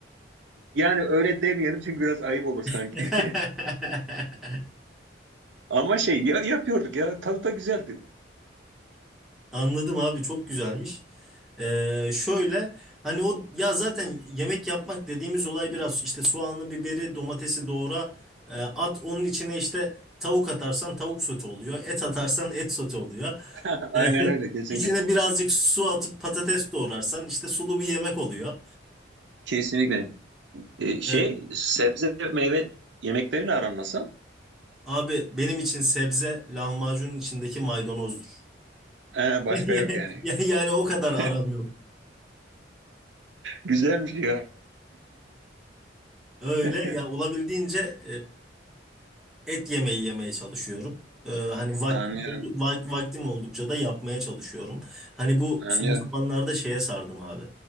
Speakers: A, on the right; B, in the centre.
A: Yani öyle demeyelim çünkü biraz ayıp olur sanki.
B: <laughs>
A: <laughs> Ama şey ya, yapıyorduk ya tadı da güzeldi.
B: Anladım abi çok güzelmiş. Ee, şöyle hani o ya zaten yemek yapmak dediğimiz olay biraz işte soğanlı biberi, domatesi doğra e, at onun içine işte tavuk atarsan tavuk sote oluyor. Et atarsan et sote oluyor.
A: <laughs> Aynen
B: <laughs>
A: öyle kesinlikle.
B: İçine birazcık su atıp patates doğrarsan işte sulu bir yemek oluyor.
A: Kesinlikle. Ee, şey
B: Ee,
A: sebze meyve yemeklerin aran nasıl?
B: abi benim için sebze lahmacunun içindeki maydanozdur.
A: Ee, başka
B: <laughs>
A: yok yani.
B: Ya- Yani o kadar
A: <laughs>
B: aram yok.
A: Güzelmiş ya.
B: Öyle
A: <laughs>
B: ya olabildiğince e, et yemeği yemeye çalışıyorum. Ee, hani vaktim,
A: Anlıyorum,
B: oldu- vak- vaktim oldukça da yapmaya çalışıyorum. Hani bu
A: anlıyorum.
B: son zamanlarda şeye sardım abi.